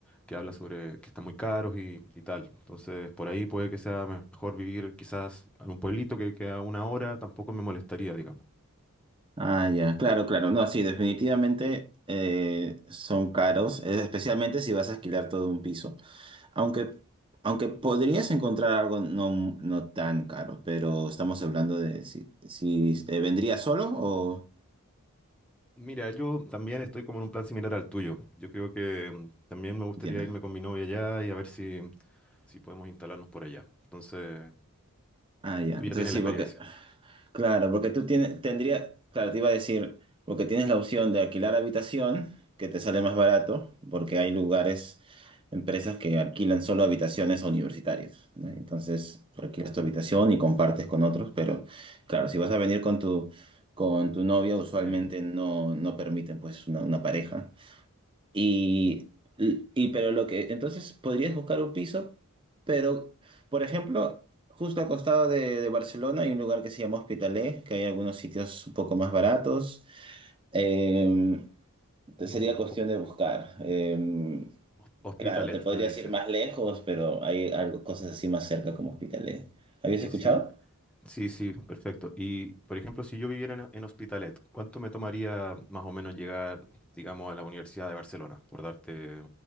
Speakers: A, in the centre; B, on the right.
A: que habla sobre que están muy caros y, y tal. Entonces, por ahí puede que sea mejor vivir quizás en un pueblito que, que a una hora tampoco me molestaría, digamos.
B: Ah, ya, claro, claro. No, sí, definitivamente eh, son caros, eh, especialmente si vas a alquilar todo un piso. Aunque, aunque podrías encontrar algo no, no tan caro, pero estamos hablando de si, si eh, vendría solo o...
A: Mira, yo también estoy como en un plan similar al tuyo. Yo creo que mm, también me gustaría
B: Entiendo.
A: irme con mi novia allá y a ver si, si podemos instalarnos por allá. Entonces,
B: Ah, ya.
A: tú
B: Entonces
A: ya tienes
B: sí,
A: la experiencia.
B: porque Claro, porque tú tienes, tendría, claro, te iba a decir, porque tienes la opción de alquilar habitación, que te sale más barato, porque hay lugares, empresas que alquilan solo habitaciones a universitarios, ¿no? Entonces, tú alquilas tu habitación y compartes con otros, pero claro, si vas a venir con tu, con tu novia,
A: Sí.
B: usualmente no, no permiten pues una, una pareja. Y, y pero lo que, entonces podrías buscar un piso, pero, por ejemplo, justo al costado de, de Barcelona hay un lugar que se llama Hospitalet, que hay algunos sitios un poco más baratos. Eh,
A: Mm,
B: sería
A: ho-
B: cuestión de buscar. Eh,
A: hos- Hospitalet,
B: claro, te podrías
A: me dices.
B: ir más lejos, pero hay algo, cosas así más cerca como Hospitalet. ¿Habías
A: Y
B: escuchado?
A: si, sí, sí, perfecto. Y, por ejemplo, si yo viviera en, en Hospitalet, ¿cuánto me tomaría más o menos llegar, digamos, a la Universidad de Barcelona? Por darte,